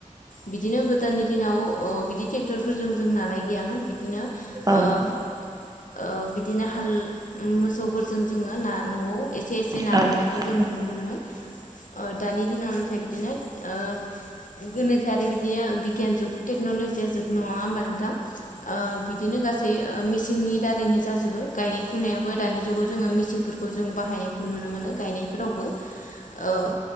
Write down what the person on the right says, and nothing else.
औ
नंगौ औ
औ औ नोंथां औ औ